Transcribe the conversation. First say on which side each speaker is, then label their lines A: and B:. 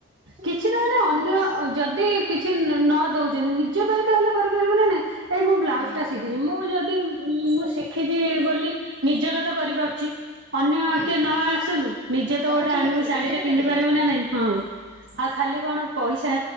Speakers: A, on the right (about 35°); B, on the right (about 55°).
A: ପୁଣି
B: କିଛି ନହେଲେ
A: ଆଜିକାଲି
B: ଅନ୍ୟ
A: ପିଲା ଦେଖିଲେ
B: ଯଦି କିଛି ନ ନଦଉଚନି ନିଜ ପାଇଁ ତ ହେଲେ କରିପାରିବୁ ନା ନାଇଁ। ଏଇ ମୁଁ ବ୍ଲାଉସ୍
A: ହଁ
B: ଟା ଶିକିଚି ମୁଁ ଯଦ୍ ଇ ଉୁଁ ମୁଁ ଶିଖିଚି ବୋଲି ନିଜର ତ କରିପାରୁଚି। ଅନ୍ୟ
A: ହଁ
B: କିଏ ନ ଆସନ୍ତୁ ନିଜେ ତ
A: ନ
B: ଓଟେ
A: ଆସନ୍ତୁ
B: ଆଣିବୁ
A: କାଲି
B: ଶାଢୀ
A: ନିଜେ
B: ଟେ
A: ତ
B: ପିନ୍ଧି
A: କରିବ।
B: ପାରିବୁ ନା ନାଇଁ ହଁ। ଆ ଖାଲି କଣ ପଇସା